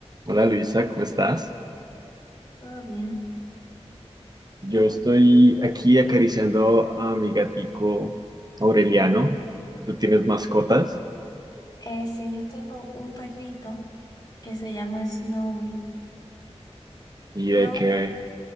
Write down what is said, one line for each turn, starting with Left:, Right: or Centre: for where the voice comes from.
Right: Hola Luisa, ¿cómo estás?
Left: Todo bien.
Right: Yo
Left: Que,
Right: estoy aquí acariciando a mi gatico Aureliano. ¿Tú tienes mascotas?
Left: eh, sí, yo tengo un perrito que se llama Snowy.
Right: ¿Y de
Left: No,
Right: qué?